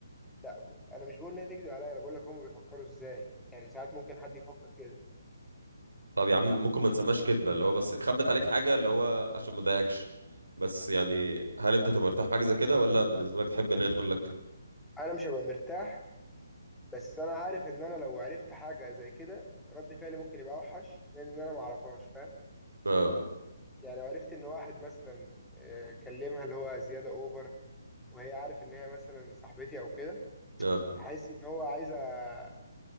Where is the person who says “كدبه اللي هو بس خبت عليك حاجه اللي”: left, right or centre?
Right